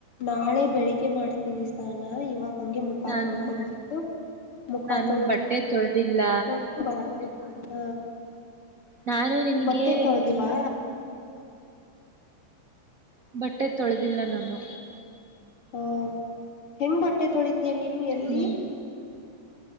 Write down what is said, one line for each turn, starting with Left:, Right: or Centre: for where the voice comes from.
Left: ನಾಳೆ ಬೆಳಿಗ್ಗೆ ಮಾಡ್ತೀನಿ ಸ್ನಾನ ಇವಾಗ ಹಂಗೆ ಮುಖ
Right: ನಾನು
Left: ತೊಳ್ಕೊಂಡು ಬಂದು ಮುಖ
Right: ನಾನು
Left: ತೊಳ್
Right: ಬಟ್ಟೆ ತೊಳೆದಿಲ್ಲ
Left: ಕಂತ <unintelligible>
Right: ನಾನು ನಿನಗೆ
Left: ಬಟ್ಟೆ ತೊಳ್ದಿಲ್ಲಾ
Right: ಬಟ್ಟೆ ತೊಳೆದಿಲ್ಲ ನಾನು
Left: ಹ ಹೆಂಗ್ ಬಟ್ಟೆ ತೊಳಿ ನೀನು ಎಲ್ಲಿ
Right: ಹ್ಮ್